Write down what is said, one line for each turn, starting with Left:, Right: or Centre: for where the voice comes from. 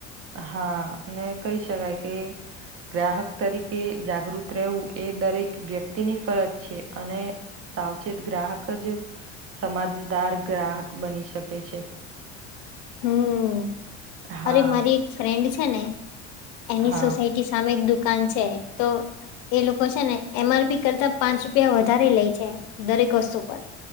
Right: હા અને કહી શકાય કે ગ્રાહક તરીકે જાગૃત રહેવું એ દરેક વ્યક્તિની ફરજ છે અને સાવચેત ગ્રાહક જ સમમાજદાર ગ્રાહક બની શકે છે
Left: હમ્મ
Right: હા
Left: અરે મારી એક ફ્રેન્ડ છે ને એની
Right: હા
Left: સોસાયટી સામે એક દુકાન છે તો એ લોકો છે ને એમ આરપી કરતા પાંચ રૂપિયા વધારે લે છે દરેક વસ્તુ પર